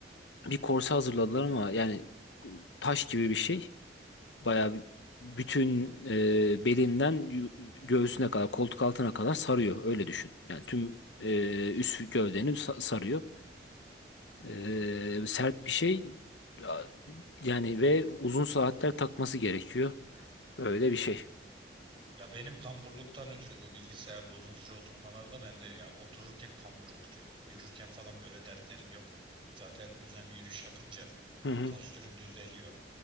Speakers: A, on the left (about 80°); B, on the right (about 30°).
A: Bir korse hazırladılar ama yani taş gibi bir şey. Bayağı bir- bütün e, belinden yu- göğsüne kadar, koltuk altına kadar sarıyor. Öyle düşün. Yani tüm e, üst gövdeni sa- sarıyor. E, sert bir şey A- yani ve uzun saatler takması gerekiyor. Öyle bir şey.
B: Ya benim kamburluktan ötürü bu bilgisayarda uzun süre oturmalarda ben de ya otururken kambur oturuyorum. Yürürken falan böyle dertlerim yok. Zaten düzenli yürüyüş yapınca
A: Hı hı.
B: postürün düzeliyor